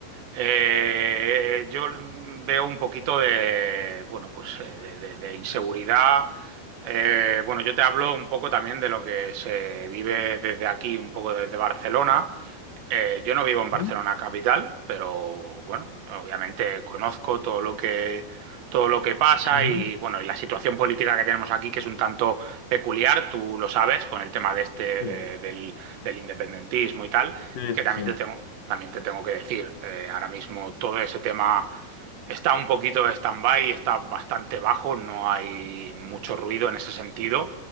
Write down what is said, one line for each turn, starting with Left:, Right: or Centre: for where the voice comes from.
Right: Eh, yo veo un poquito de, bueno, pues eh, de, de- de inseguridad. Eh, bueno, yo te hablo un poco también de lo que se vive desde aquí, un poco desde Barcelona. Eh, yo no vivo en Barcelona
Left: Ujú,
Right: capital, pero bueno, obviamente conozco todo lo que todo lo que pasa
Left: ujú,
Right: y bueno, y la situación política que tenemos aquí, que es un tanto peculiar, tú lo sabes, con el tema de este,
Left: Sí,
Right: de- del, del independentismo y tal,
Left: sí,
Right: que
Left: sí,
Right: también
Left: sí.
Right: te tengo, también te tengo que decir, eh, ahora mismo todo ese tema está un poquito de stand-by, está bastante bajo, no hay mucho ruido en ese sentido.